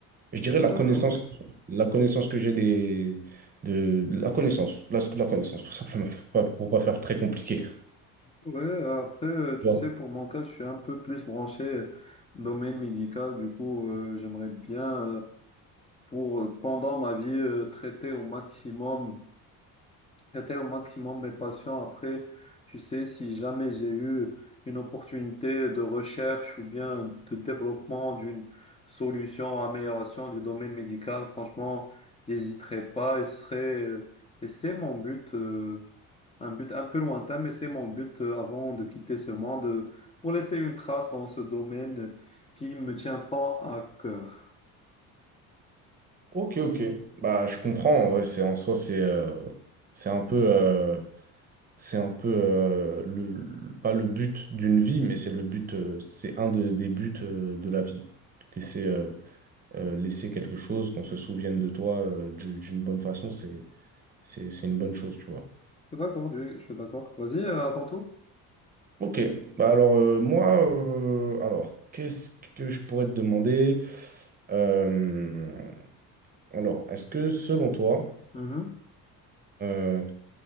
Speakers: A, on the right; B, on the left.
A: je dirais la
B: D'accord.
A: connaissance, la connaissance que j'ai des, de, de la connaissance, la, la connaissance, tout simplement, pour pas, pour pas faire très compliqué.
B: Ouais, euh, après, euh, tu
A: Bon.
B: sais, pour mon cas, je suis un peu plus branché euh, domaine médical. Du coup, euh, j'aimerais bien, euh, pour, pendant ma vie, euh, traiter au maximum J'étais au maximum mes passions. Après, tu sais, si jamais j'ai eu une opportunité de recherche ou bien de développement d'une solution, amélioration du domaine médical, franchement, j'hésiterai pas et ce serait, euh, et c'est mon but, euh, un but un peu lointain, mais c'est mon but euh, avant de quitter ce monde, euh, pour laisser une trace dans ce domaine euh, qui me tient tant à cœur.
A: Ok, ok. Bah, je comprends. En vrai, c'est en soi, c'est euh, c'est un peu, euh, c'est un peu euh, le, le- pas le but d'une vie, mais c'est le but, euh, c'est un de- des buts euh, de la vie. Et c'est euh, euh, laisser quelque chose, qu'on se souvienne de toi euh, du- d'une bonne façon, c'est, c'est, c'est une bonne chose, tu vois.
B: Je suis d'accord, Dieu, je suis d'accord. Vas-y, euh, à ton tour.
A: Ok, bah alors euh, moi, euh, alors qu'est-ce que je pourrais te demander? Euh, alors, est-ce que selon toi,
B: Mhm.
A: euh,